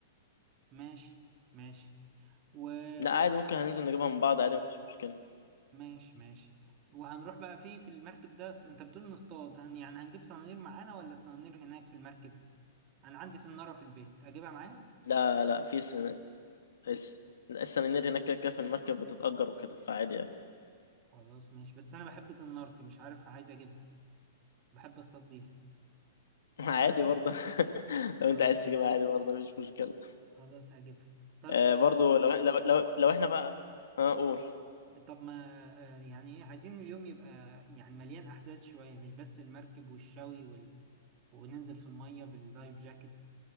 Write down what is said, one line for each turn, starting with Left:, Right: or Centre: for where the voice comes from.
Right: ماشي ماشي وماشي
Left: لا عادي ممكن هننزل نجيبها مع بعض عادي مفيش مشكله
Right: ماشي وهنروح بقى فيه في المركب ده أنت بتقول نصطاد هن يعني هنجيب صنانير معانا ولا الصنانير هناك في المركب انا عندي سنارة في البيت اجيبها معايا
Left: لا لا في سن... الس... السنانير هناك كده كده في المركب بتتأجر وكده فعادي يعني
Right: خلاص ماشي بس انا بحب سنارتي مش عارف عايز اجيبها بحب اصطاد بيها
Left: <laughs> عادي
Right: هجيبها
Left: برضه <laughs> لو
Right: خلاص
Left: انت عايز تجيبها عادي برضه مفيش مشكله
Right: خلاص هجيبها طب
Left: آه
Right: ما
Left: برضه لو لو لو, لو احنا بقى اه قول
Right: طب ما آه، يعني ايه عايزين اليوم يبقى يعني مليان احداث شوية مش بس المركب والشوي وال... وننزل في المية باللايف جاكيت